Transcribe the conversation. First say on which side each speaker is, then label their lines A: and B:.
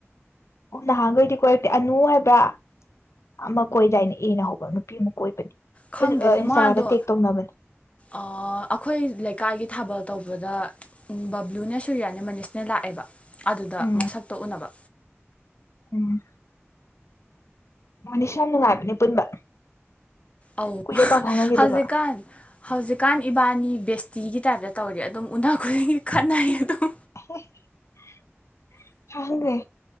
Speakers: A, on the left; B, on the left.
A: ꯑꯣ ꯅꯍꯥꯟꯈꯩꯗꯤ ꯀꯣꯏꯔꯛꯇꯦ ꯑꯅꯨ ꯍꯥꯏꯕ꯭ꯔꯥ ꯑꯃ ꯀꯣꯏꯗꯥꯏꯅ ꯏꯅ ꯍꯧꯕ ꯅꯨ ꯑꯃꯨ ꯀꯣꯏꯕꯅꯤ
B: ꯈꯪꯗꯦ
A: ꯐꯦꯁ
B: ꯑꯗꯨꯗꯤ
A: ꯑ ꯏꯟꯁꯇꯥꯗ
B: ꯃꯥꯗꯣ
A: ꯇꯦꯛ ꯇꯧꯅꯕꯅꯦ
B: ꯑꯩꯈꯣꯏ ꯂꯩꯀꯥꯏꯒꯤ ꯊꯥꯕꯛ ꯇꯧꯕꯗ ꯕꯕ꯭ꯂꯨꯅ ꯁꯨꯔꯤꯌꯥꯅ ꯃꯅꯤꯁꯅ ꯂꯥꯛꯑꯦꯕ ꯑꯗꯨꯗ
A: ꯎꯝ
B: ꯃꯁꯛꯇ ꯎꯅꯕ
A: ꯎꯝ ꯅꯤꯁ ꯌꯥꯝ ꯅꯨꯡꯉꯥꯏꯕꯅꯦ ꯄꯨꯟꯕ
B: ꯑ
A: ꯀꯨꯏꯔꯦ ꯄꯥꯎ ꯐꯥꯎꯅꯈꯤꯗꯕ
B: ꯍꯧꯖꯤꯛꯀꯥꯟ ꯍꯧꯖꯤꯛꯀꯥꯟ ꯏꯕꯥꯅꯤ ꯕꯦꯁꯇꯤꯒꯤ ꯇꯥꯏꯞꯇ ꯇꯧꯔꯤ ꯑꯗꯨꯝ ꯎꯅꯥ ꯈꯨꯗꯤꯡꯒꯤ ꯈꯠꯅꯩ ꯑꯗꯨꯝ
A: <unintelligible> ꯈꯪꯗꯦ